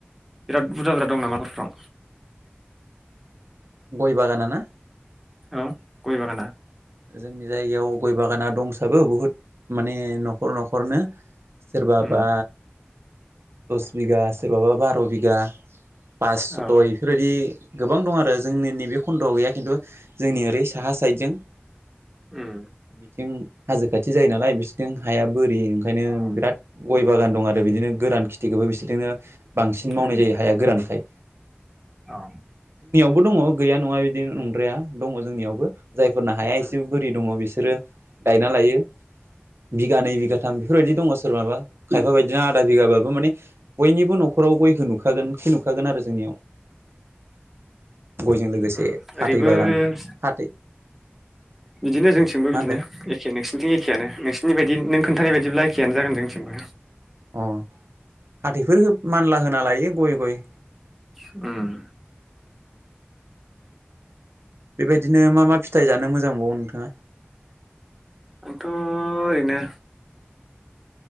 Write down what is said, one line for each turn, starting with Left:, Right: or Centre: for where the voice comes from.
Centre: बिराद बुरजा बुरजा दं नामाफ्राव
Right: गय बागाना ना
Centre: औ गय बागाना
Right: जोंनि जायगायाव गय बागाना दंसाबो बुहुद माने नखर नखरनो सोरबाबा
Centre: उम
Right: दस बिगा सोरबाबा बार बिगा पास सम
Centre: औ
Right: बेफोर बायदि गोबां दं आरो जोंनि नैबे खन्दयाव गैया खिन्थु जोंनि ओरै साहा साइदजों
Centre: उम
Right: बिथिं हाजो खाथि जायो नालाय बिसिथिं हाया बोरि ओंखायनो
Centre: अ
Right: बिराद गय बागान दं आरो बिदिनो गोरान खिथिखौबो बिसोर बिदिनो बांसिन मावनाय
Centre: उम
Right: जायो हाया गोरानखाय
Centre: अ
Right: बो दङ गैया नङा इदि नंद्राया दङ जोंनावबो जाय फोरनो हाया एसे
Centre: उम
Right: बोरै दङ बिसोर बिसोरो गायना लायो। बिगानैै बिगाथाम बेफोरबायदि दङ सोरनाबा खायफा बायदिना आधा बिगाबाबो माने बयनिबो नखराव गयखौ नुखागोन खि नुखागोन आरो जोंनियाव गयजों लोगोसे
Centre: उम ओरैबो
Right: फाथै बागान फाथै
Centre: बिदिनो जोंथिंबो
Right: मा
Centre: बिदिनो
Right: होनदों
Centre: एखे नोंसिनिथिं एखेयानो नोंसिनि बायदि नों खोन थानाय बायदिब्ला एखेयानो जागोन जोंनिथिंबो।
Right: अ फाथैफोर मानला होना लायो गय गय।
Centre: उम
Right: बेबायदिनो मा मा फिथाइ जानो मोजां मोनबावो नोंथाङा?
Centre: आथ ओरैनो